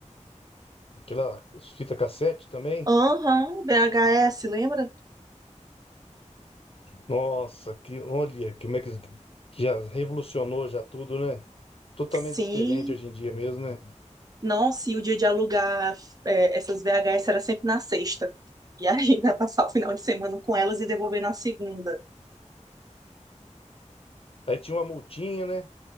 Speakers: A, on the left; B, on the right.
A: Aquela fita cassete também.
B: Aham, VHS, lembra?
A: Nossa, que olha, como é que, que já revolucionou já tudo, né? Totalmente
B: Sim.
A: diferente hoje em dia mesmo, né?
B: Nossa, e o dia de alugar é, essas VHS era sempre na sexta. E a gente <laughs> ia passar o final de semana com elas e devolver na segunda.
A: Aí tinha uma multinha, né?